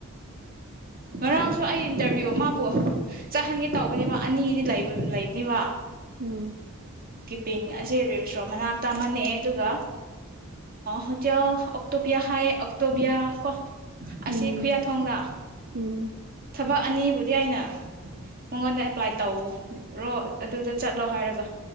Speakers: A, on the right; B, on the right.
A: ꯉꯔꯥꯡꯁꯨ ꯑꯩ ꯏꯟꯇꯔꯚꯤꯌꯨ ꯃꯥꯕꯨ ꯆꯠꯍꯟꯒꯦ ꯇꯧꯕꯅꯦꯕ ꯑꯅꯤꯗꯤ ꯂꯩꯕꯅꯤꯕ
B: ꯎꯝ
A: ꯄꯤꯡ ꯑꯁꯤꯦ ꯔꯤꯝꯁ ꯔꯣ ꯃꯅꯥꯛꯇ ꯃꯟꯅꯦ ꯑꯗꯨꯒ ꯍꯣꯇꯦꯜ ꯑꯣꯛꯇꯣꯄꯤꯌꯥ ꯍꯥꯏꯌꯦ ꯑꯣꯛꯇꯣꯕꯤꯌꯥ ꯀꯣ ꯑꯁꯤ
B: ꯎꯝ
A: ꯈꯨꯌꯥꯊꯣꯡꯗ
B: ꯎꯝ
A: ꯊꯕꯛ ꯑꯅꯤꯕꯨꯗꯤ ꯑꯩꯅ ꯃꯉꯣꯟꯗ ꯑꯦꯄ꯭ꯂꯥꯏ ꯇꯧꯔꯣ ꯑꯗꯨꯗ ꯆꯠꯂꯣ ꯍꯥꯏꯔꯒ